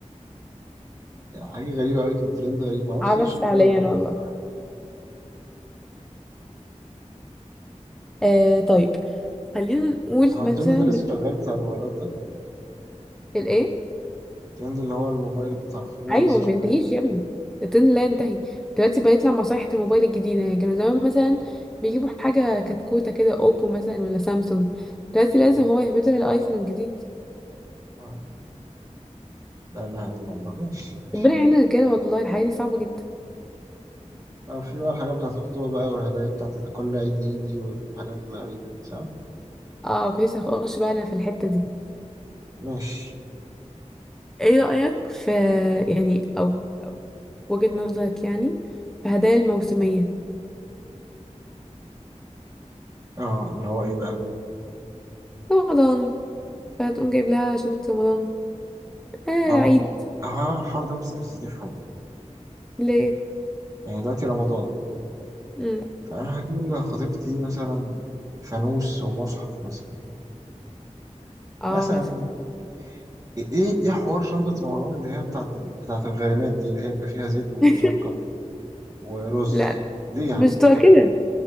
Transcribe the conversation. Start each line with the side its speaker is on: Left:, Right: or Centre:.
Right: حاجة غريبة أوي كان ترند غريب
Centre: <laughs>
Right: معرفش
Centre: عبث
Right: لسه شغال
Centre: فعليا
Right: ولا لأ
Centre: والله
Right: الصراحة
Centre: آه طيب خلينا نقول
Right: هو
Centre: مثلا
Right: الترند ده
Centre: مثل
Right: لسه شغال بتاع الموبايلات ده
Centre: الايه
Right: الترند اللي هو الموبايل بتاع الخطوبة
Centre: ايوه
Right: ده لسه
Centre: ما
Right: شغال
Centre: بينتهيش يا ابني الترند لا ينتهي دلوقتي بقيت لما صيحة الموبايل الجديدة يعني كانوا زمان مثلا بيجيبوا حاجة كتكوتة كده اوبو مثلا ولا سامسونج دلوقتي لازم
Right: آه،
Centre: هو يهبدها الايفون الجديد
Right: آه. لا لا لا لا ماشي ماشي.
Centre: ربنا يعين الرجالة والله الحياة دي صعبة جدا
Right: اه في بقى الحاجات بتاعت الخطوبة بقى والهدايا بتاعت ال- كل عيد يجي والحاجات الغريبة دي صح؟
Centre: اه كنت لسه هخش بقى انا في الحتة دي
Right: ماشي
Centre: ايه رأيك في يعني او أو وجهة نظرك يعني في هدايا الموسمية
Right: اه اللي هو ايه بقى؟
Centre: رمضان فتقوم جايب لها شنطة رمضان آه العيد
Right: ما هو هو الحوار ده مستفزني في حاجة
Centre: ليه
Right: يعني دلوقتي رمضان
Centre: امم
Right: فأنا هجيب لخطيبتي مثلا فانوس ومصحف مثلا
Centre: اه
Right: مثلا
Centre: مثلا
Right: يعني. ايه ايه إيه حوار شنطة رمضان اللي هي بتاعت ال... بتاعت الغارمات دي اللي هي بيبقى فيها زيت وسكر
Centre: <laughs>
Right: ورز
Centre: لا
Right: ليه يا حبيبي
Centre: مش بتبقى كده